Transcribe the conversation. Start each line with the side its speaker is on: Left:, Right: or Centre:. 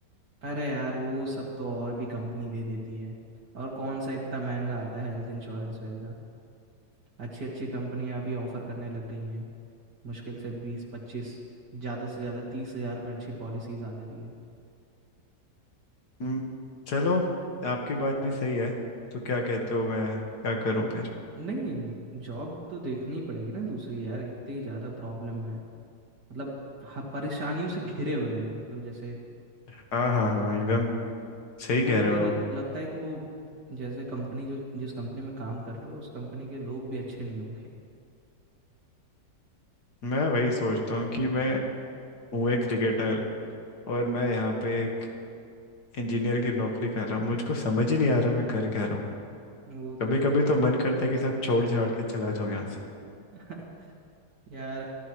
Right: अरे यार वो सब तो और भी कंपनी दे देती है और कौन सा इतना महंगा आता है हेल्थ इंश्योरेंस वगैरह अच्छी अच्छी कंपनियां भी ऑफर करने लग गई हैं मुश्किल से बीस पच्चीस ज़्यादा से ज़्यादा तीस हज़ार में अच्छी पॉलिसीज आ जा रही है
Left: हम्म, चलो आपकी बात भी सही है तो क्या कहते हो मैं क्या करूं फिर
Right: नहीं नहीं जॉब तो देखनी पड़ेगी ना दूसरी यार इतनी ज़्यादा प्रॉब्लम है मतलब ह- परेशानियों से घिरे हुए हैं मतलब जैसे
Left: हाँ हाँ हाँ एकदम सही
Right: मेरे
Left: कह
Right: को
Left: रहे
Right: तो
Left: हो
Right: ल-
Left: आप
Right: लगता है कि वो जैसे कंपनी जो जिस कंपनी में काम कर रहे हो उस कंपनी के लोग भी अच्छे नहीं होंगे
Left: मैं वही सोचता हूँ कि मैं हूँ एक क्रिकेटर और मैं यहाँ पे एक इंजीनियर की नौकरी कर रहा हूँ मुझको समझ ही नहीं आ रहा मैं कर क्या रहा हूँ
Right: वो
Left: कभी
Right: तो
Left: कभी
Right: भाई
Left: तो मन करता है कि सब छोड़ छाड़ के चला जाऊं यहाँ से
Right: <laughs> यार